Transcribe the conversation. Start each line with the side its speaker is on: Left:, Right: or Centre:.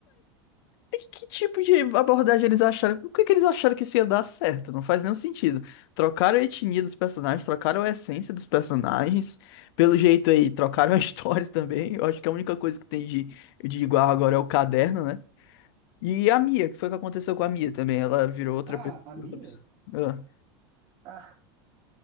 Left: E Que tipo de abordagem eles acharam? Por que que eles acharam que isso ia dar certo? Não faz nenhum sentido. Trocaram a etnia dos personagens, trocaram a essência dos personagens. Pelo jeito aí, trocaram a <laughs> história também. Eu acho que a única coisa que tem de, de igual agora é o caderno, né? E a Mia, que foi o que aconteceu com a Mia também. Ela virou outra
Right: Ah,
Left: pessoa.
Right: a Mia?
Left: outra pessoa. Ah.
Right: Ah,